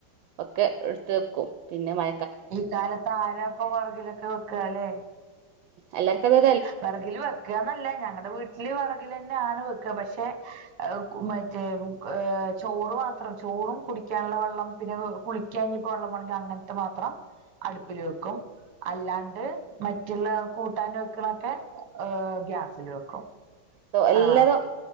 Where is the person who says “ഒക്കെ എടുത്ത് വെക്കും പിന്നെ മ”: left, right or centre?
Right